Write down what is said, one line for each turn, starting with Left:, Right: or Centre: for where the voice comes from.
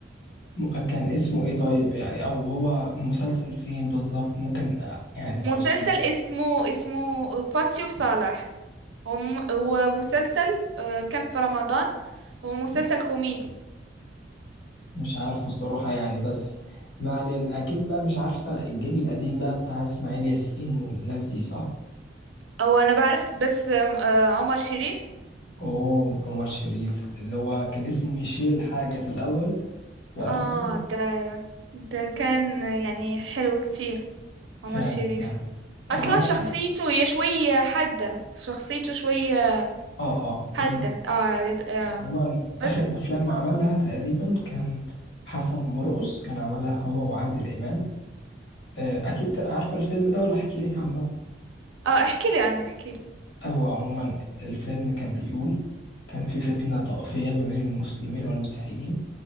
Left: م- كان اسمه ايه طيب يعني او هو مسلسل فين بالظبط ممكن آه، يعني
Right: مسلسل
Left: اوصله
Right: اسمه اسمه فاتي وصالح هو م- هو مسلسل آه، كان في رمضان هو مسلسل كوميدي
Left: مش عارفه الصراحة يعني بس ما علينا اكيد بقى مش عارفة الجيل القديم بقى بتاع اسماعيل ياسين والناس دي صح
Right: او انا بعرف بس آم، آه، عمر شريف
Left: اوه عمر شريف اللي هو كان اسمه ميشيل حاجة في الأول وأسلم
Right: اه ده ده كان يعني حلو كتير عمر
Left: فعلا
Right: شريف
Left: فعلا عمل
Right: اصلا شخصيته هي شوية حادة شخصيته شوية
Left: اه اه
Right: حادة
Left: بالظبط
Right: اه, لد- آه.
Left: عموما آخر
Right: بس
Left: أفلام عملها
Right: اه
Left: تقريبا كان حسن مرقص كان عملها هو وعادل إمام آه، أكيد عارفة الفيلم ده ولا أحكي لك عنه
Right: اه احكي لي عنه احكي لي
Left: آه، هو عموما الفيلم كان بيقول كان في فتنة طائفية ما بين المسلمين والمسيحيين